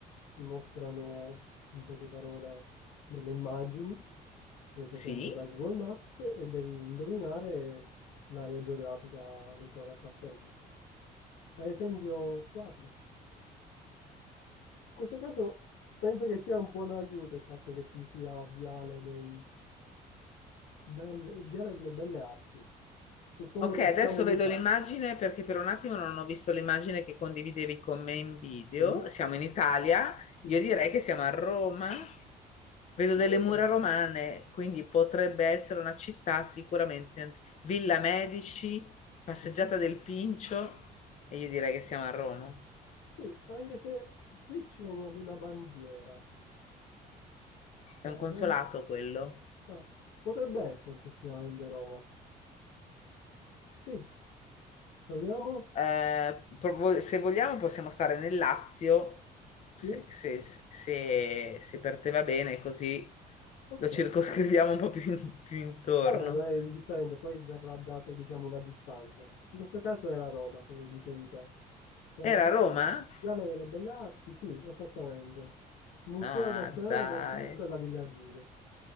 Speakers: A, on the left; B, on the left.
A: ti mostrano in poche parole delle immagini prese
B: Sì.
A: penso da Google Maps e devi indovinare l'area geografica alle quali appartengono. Ad esempio, guarda, in questo caso penso che sia un buon aiuto il fatto che ci sia Viale dei Belle- Viale delle Belle Arti. Suppongo
B: Ok,
A: che
B: adesso
A: siamo in
B: vedo
A: Italia.
B: l'immagine perché per un attimo non ho visto l'immagine che condividevi con me in video.
A: Sì,
B: Siamo in Italia,
A: sì,
B: io
A: sì.
B: direi che siamo a Roma. Vedo
A: Potrebbe
B: delle mura
A: essere.
B: romane, quindi potrebbe essere una città sicuramente. ant- Villa Medici, passeggiata
A: Mhm.
B: del Pincio, e io direi che siamo a Roma.
A: Sì, anche se qui c'è una, una bandiera. Sta
B: È un
A: la
B: consolato
A: ban-
B: quello.
A: ah, potrebbe essere effettivamente Roma. Sì, proviamo?
B: Eh, provo- se vogliamo possiamo stare nel Lazio, se,
A: Sì?
B: se- se- se per te va bene, così
A: Ok.
B: lo circoscriviamo un po' più, in- più intorno.
A: Vabbè, non è indifferente, poi verrà data, diciamo, una distanza. In questo caso era Roma, come dicevi te. Con
B: Era
A: l'esattezza
B: a Roma?
A: il Viale delle Belle Arti, sì, esattamente. Museo
B: Ah,
A: Nazionale
B: dai,
A: dell'Etrusco e la Villa Giulia.